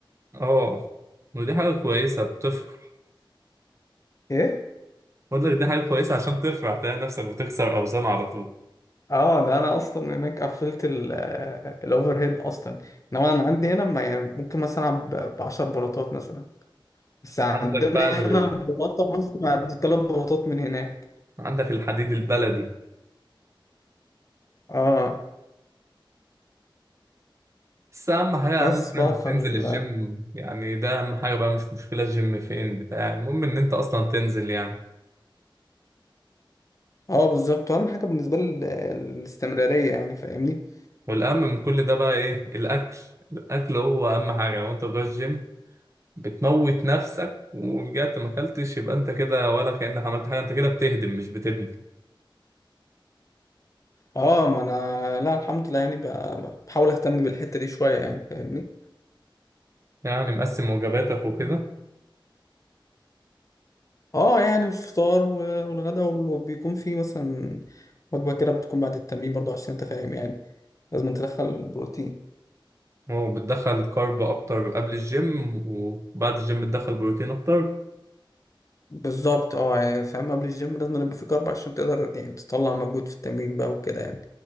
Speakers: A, on the right; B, on the left.
A: اه ودي حاجه كويسه بتفرح
B: ايه
A: بقول لك دي حاجة كويسة عشان ترفع تلاقي نفسك بتكسر أوزان على طول
B: اه ده انا اصلا هناك قفلت الاوفر هيد اصلا انما انا عندي هنا ما يعني ممكن مثلا العب ب 10 بلاطات مثلا بس عندنا
A: عندك بقى ال...
B: هنا البلاطه مثلا عند ثلاث بلاطات من هناك
A: عندك الحديد البلدي
B: اه
A: بس أهم حاجة
B: بس
A: أهم حاجة
B: بقى
A: إنك
B: فال
A: تنزل الجيم يعني ده أهم حاجة بقى مش مشكلة الجيم فين بتاع المهم إن أنت أصلا تنزل يعني
B: اه بالظبط اهم حاجه بالنسبه لي ال- الاستمراريه يعني فاهمني
A: والأهم من كل ده بقى إيه الأكل الأكل هو أهم حاجة لو أنت بتروح الجيم بتموت نفسك ورجعت ما أكلتش يبقى أنت كده ولا كأنك عملت حاجة أنت كده بتهدم مش بتبني
B: اه ما انا لا الحمد لله يعني ب- بحاول اهتم بالحته دي شويه يعني فاهمني
A: يعني مقسم وجباتك وكده
B: اه يعني الفطار و- والغدا وال- وبيكون في مثلا وجبة كده بتكون بعد التمرين برضو عشان انت فاهم يعني لازم تدخل البروتين
A: وبتدخل كارب اكتر قبل الجيم وبعد الجيم بتدخل بروتين اكتر
B: بالظبط اه يعني فاهم قبل الجيم لازم يبقى في كارب عشان تقدر يعني تطلع مجهود في التمرين بقى وكده يعني